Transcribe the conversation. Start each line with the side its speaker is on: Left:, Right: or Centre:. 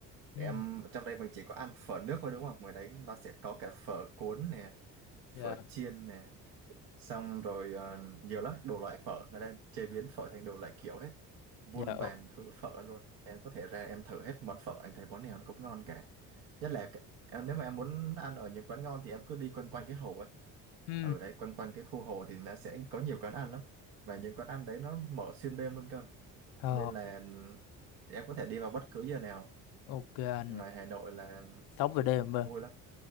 Left: ừ
Right: Em trong đây mình chỉ có ăn phở nước thôi đúng không? Ngoài đấy nó sẽ có cả phở cuốn nè, phở
Left: dạ
Right: chiên nè xong rồi ờ, nhiều lắm đồ loại phở người ta chế biến phở thành đồ loại kiểu hết muôn
Left: dạ
Right: vàn thứ phở luôn em có thể ra em thử hết món phở anh thấy món nào nó cũng ngon cả nhất là cái- em nếu mà em muốn ăn ở những quán ngon thì em cứ đi quanh quanh cái hồ ấy.
Left: ừ
Right: ở đây quanh quanh cái khu hồ thì nó sẽ có nhiều quán ăn lắm và những quán ăn đấy nó mở xuyên đêm luôn cơ
Left: ờ
Right: nên là em có thể đi vào bất cứ giờ nào
Left: ok anh
Right: ngoài Hà Nội là
Left: sống về đêm mà
Right: vui lắm